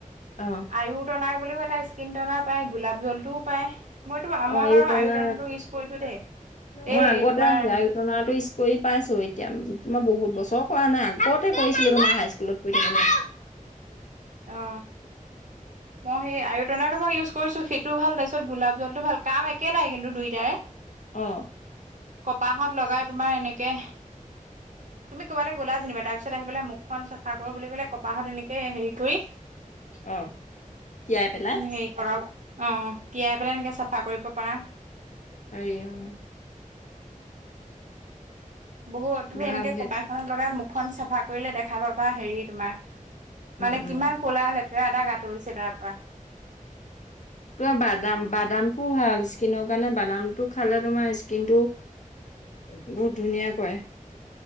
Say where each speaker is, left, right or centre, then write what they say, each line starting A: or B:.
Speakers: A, on the left (about 60°); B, on the right (about 60°).
A: অ অ
B: আয়ু টনাৰ বুলিও এটা স্কিন টনাৰ পায়, গোলাপ জলটোও পায়। মইতো মই
A: আয়ুপনা
B: বাৰু আয়ুতন ইউজ কৰিছো দেই।
A: মই
B: এই
A: আগতে
B: তোমাৰ
A: আয়ুটনাটো উছ কৰি পাইছো এতিয়া। তোমাৰ বহুত বছৰ কৰা নাই আগতে কৰিছিলো মানে হাই স্কুলত পঢ়ি থাকোঁতে।
B: অ মই সেই আয়ুটনা মই ইউজ কৰিছো সেইটো ভাল, তাৰপিছত গোলাপ জল টো ভাল কাম একেটাই কিন্তু দুইটাৰে।
A: অ
B: কপাহত লগাই তোমাৰ এনেকে তুমি ক'ৰবালৈ গ'লা যেনিবা তাৰ পিছত আহি পেলাই মুখখন চাফা কৰো বুলি কলে কপাহত এনেকে হেৰি কৰি
A: অহ তিয়াই পেলাই
B: হেৰি লগাও অ তিয়াই পেলাই এনেকে চাফা কৰিব পাৰা।
A: পাৰি অহ
B: বহুত তুমি
A: ভাল
B: এনেকে
A: সেই
B: কপালখনত লগা মুখখন চাফা কৰিলে দেখা পাবা হেৰি তোমাৰ
A: উম
B: মানে
A: উম
B: কিমান ক'লা লেতেৰা দাগ আঁতৰিছে তাৰ পৰা।
A: তো বাদাম বাদাম ভাল স্কিনৰ কাৰণে বাদামটো খালে তোমাৰ স্কিন টো বহুত ধুনীয়া কয়ে।